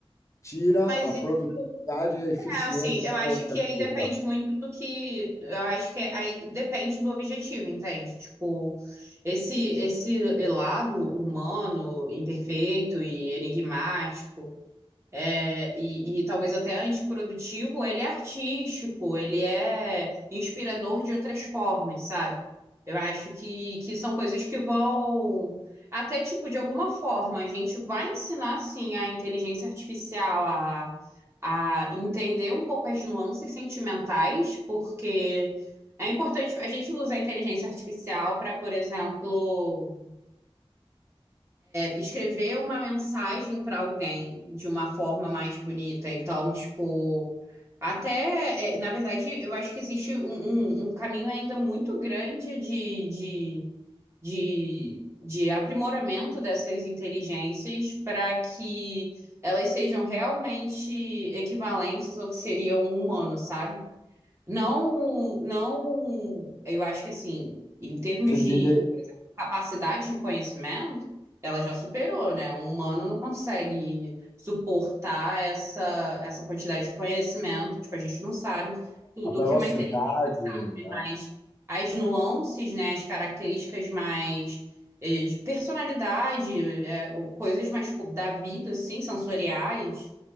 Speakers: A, on the left; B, on the right.
A: tira
B: Mas
A: a
B: isso.
A: produtividade e a eficiência.
B: É, assim, eu acho
A: que é
B: que
A: a
B: aí
A: pessoa.
B: depende muito do que, eu acho que aí depende do objetivo, entende? Tipo, esse esse lado humano, imperfeito e enigmático é, e, e talvez até antiprodutivo, ele é artístico, ele é inspirador de outras formas, sabe? Eu acho que, que são coisas que vão. Até, tipo, de alguma forma, a gente vai ensinar, sim, a inteligência artificial a, a entender um pouco as nuances sentimentais, porque é importante a gente usa a inteligência artificial para, por exemplo escrever uma mensagem para alguém de uma forma mais bonita. Então, tipo, até, é, na verdade, eu acho que existe um, um- um caminho ainda muito grande de, de, de, de aprimoramento dessas inteligências para que elas sejam realmente equivalentes ao que seria um humano, sabe? Não, não, eu acho que assim, em termos
A: Você diria
B: capacidade de conhecimento, ela já superou, né? O humano não consegue suportar essa, essa quantidade de conhecimento. Tipo, a gente não sabe tudo
A: a velocidade,
B: que uma inteligência sabe,
A: né?
B: mas as nuances, né? As características mais eh, de personalidade, eh, o- coisas mais tipo, da vida, assim, sensoriais,